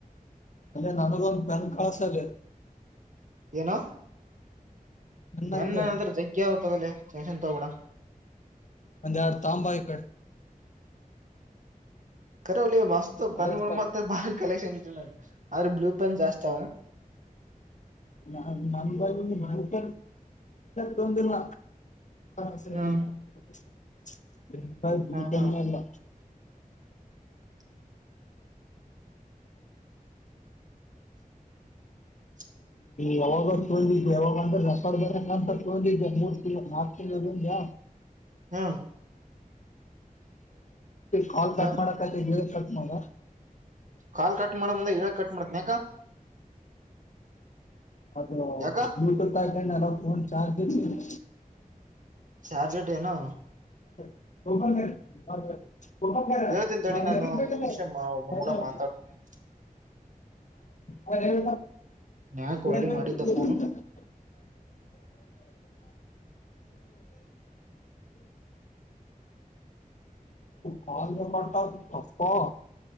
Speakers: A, on the left; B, on the right.
A: ಅಲ್ಲೇ ನನಗೊಂದು ಪನ್ ಕಾಸ ಅಲ್ಲಿ
B: ಏನು
A: ನನ್ನಂಗ
B: ನ್ ಅಂದ್ರೆ ಜಗ್ಗೆ ಅವತದಲ್ಲ ಟೆನ್ಶನ್ ಕ ತಗೊಬೇಡ
A: ಅಂದೆಡು ತಾಂಬಾ ಯಿಕಡ
B: ಕರ ಮಸ್ತ್ ಪ್ಯಾನ್ಗಳು
A: ಅದ್ರದ್ ಕ-
B: ಮತ್ತ ಬಾರಿ ಕಲೆಕ್ಷನ್ ಅವ್ರ ಬ್ಲೂ ಪೆನ್ ಜಾಸ್ತಿವಾ
A: ನ ನ ಬ ನ ಬಂತ ತೊಂದಿಲ್ಲ <unintelligible>
B: ಹ್ಮ್
A: ಬ್ಲೂ
B: ಹಾ
A: ಪೆನ್
B: ಹಾ
A: ಎಲ್ಲಾ
B: <inaudible>
A: ಯಾವಾಗ ತೊಂದಿದ್ದೆ ಯಾವಾಗಂದ್ರೆ ರೆಸರ್ ಬೇಕಂತ ತೊಂದಿದ್ದೆ ಮೂರ್ ತಿಂಗಳು ನಾಕ ತಿಂಗ ಉಂಡ್ಯ
B: ಹಾ
A: ಕಾಲ್ ಕಟ್
B: ಹ
A: ಮಾಡ ನೀ ಕಟ ಮಾಡ
B: ಕಾಲ್ ಕಟ್ ಮಾಡ ಮುಂದೆ ಏ ಕಟ್ ಮಾಡತನ ಯಾಕ
A: ಅದು
B: ಯಾಕ
A: ಬ್ಲೂಟೂತ್ ಆಾಕೊಂಡ ಎಲ್ಲ ಫೋನ್ ಚಾರ್ಜ್ ಇ
B: ಚಾರ್ಜ ಯಿಟಿ ಏನೂ
A: <unintelligible>
B: ಹೇಳ್ತೀನಿ ತಡಿ
A: ಮ ಬೆೇಟ
B: ನಾನು ಒಂದ್ ನಿಮಿಷ
A: ಹ
B: ಒಬ್ಬನ್ ಕೂಡ ಮಾತಾಡ್ತೀನಿ
A: ಅ ಹೇಳ
B: ಯಾಕ
A: <unintelligible> ಯ
B: ಒಳ್ಳೆ ಮಾಡಿದ್ದ ಫೋನು
A: ಕಲ್ ರೆಕಾರ್ಡ್ ಅಪ್ಪ